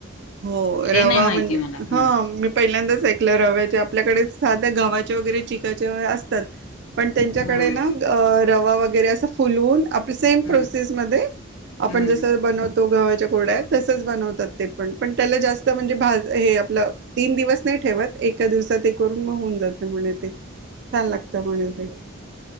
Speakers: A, on the right; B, on the left.
A: हो
B: ते
A: रवा
B: नाही माहिती
A: म्हणजे
B: मला हम्म
A: हा मी पहिल्यांदाच ऐकलं रवायचे आपल्याकडे साध्या गववा्हाचे वगैरे चिकायचे व असतात. पण पण त्यांच्याकडे
B: हम्म
A: ना रवा वगैरे असं फुलवून आपल्या सेम
B: हम्म
A: प्रोसेसमध्येध्ये आपण
B: हम्म
A: जसं बनवतो गव्हाच्या कुरडया तसंच बनवतात ते पण पण त्याला जास्त म्हणजे भाज हे आपलं तीन दिवस नाही ठेवत एका दिवसात ते करून मग होऊन जात म्हणे ते छान लागतं म्हणे. ते